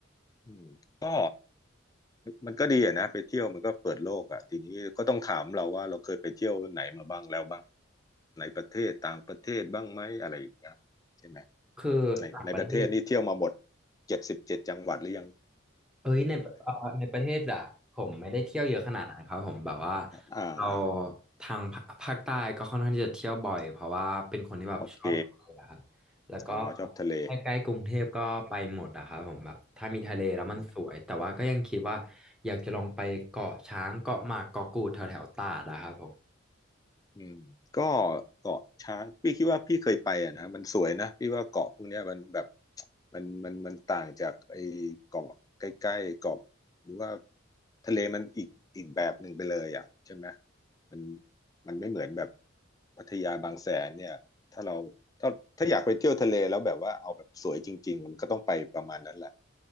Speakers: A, on the left; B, in the centre.
A: อืมก็มันก็ดีอะนะไปเที่ยวมันก็เปิดโลกอ่ะทีนี้ก็ต้องถามเราว่าเราเคยไปเที่ยวไหนมาบ้างแล้วบ้างในประเทศต่างประเทศบ้างไหมอะไรอย่างเงี้ยใช่ไหม
B: คือต่างประเทศ
A: ในในประเทศนี่เที่ยวมาหมดเจ็ดสิบเจ็ดจังหวัดหรือยัง
B: เอ้ยในเอ่อในประเทศอะผมไม่ได้เที่ยวเยอะขนาดนั้นครับผมแบบว่า
A: อ่าอ่า
B: เราทางภาภาคใต้ก็ค่อนข้างที่จะเที่ยวบ่อยเพราะว่าเป็นคนที่แบบชอบทะเลอะครับแล้วก็
A: โอเคอ๋อชอบทะเล
B: ใกล้ๆกรุงเทพก็ไปหมดอะครับผมแบบถ้ามีทะเลแล้วมันสวยแต่ว่าก็ยังคิดว่าอยากจะลองไปเกาะช้างเกาะหมากเกาะกูดแถวๆตราดอะครับผม
A: อืม อืมก็เกาะช้างพี่คิดว่าพี่เคยไปอ่ะนะมันสวยนะพี่ว่าเกาะพวกเนี้ยมันแบบมันมันมันต่างจากไอ้เกาะใกล้ๆเกาะหรือว่าทะเลมันอีกอีกแบบหนึ่งไปเลยอ่ะใช่ไหมมันมันไม่เหมือนแบบพัทยาบางแสนเนี่ยถ้าเราถ้าถ้าอยากไปเที่ยวทะเลแล้วแบบว่าเอาแบบสวยจริงๆมันก็ต้องไปประมาณนั้นแหละ